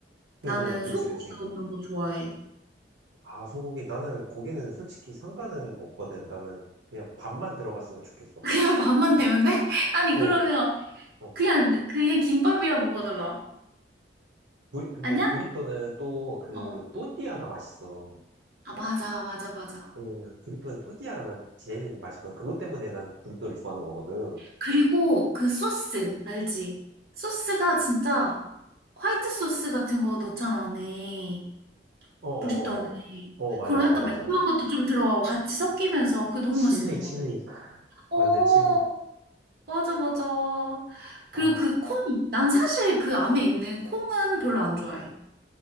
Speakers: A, on the right; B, on the right.
A: 나는
B: 응, 응, 그치,
A: 소고기
B: 그치.
A: 넣는 거 좋아해.
B: 아, 소고기. 나는 고기는 솔직히 상관은 없거든. 나는 그냥 밥만 들어갔으면 좋겠어.
A: <laughs> 그냥 밥만 되면 돼? <laughs> 아니
B: 어.
A: 그러면
B: 어.
A: 그냥 그냥 김밥이랑 뭐가 달라?
B: 브리, 근데
A: 아니야?
B: 브리또는 또 그
A: 어.
B: 또띠아가 맛있어.
A: 아, 맞아, 맞아, 맞아.
B: 음, 브리또는 또띠아가 난 제일 맛있거든. 그것 때문에 난 브리또를 좋아하는 거거든.
A: 그리고 그 소스, 알지? 소스가 진짜 화이트 소스 같은 거 넣잖아, 안에.
B: 어, 어, 어,
A: 브리또 안에.
B: 어. 어, 맞아,
A: 그런
B: 맞아,
A: 약간
B: 맞아,
A: 매콤한
B: 맞아.
A: 것도 좀 들어가고 같이 섞이면서 그거 너무
B: 칠리,
A: 맛있는
B: 칠리.
A: 것 같아.
B: 크,
A: 오,
B: 완전 칠리.
A: 맞아, 맞아. 그리고
B: 아,
A: 그 콩, 난 사실 그 안에 있는 콩은 별로 안 좋아해.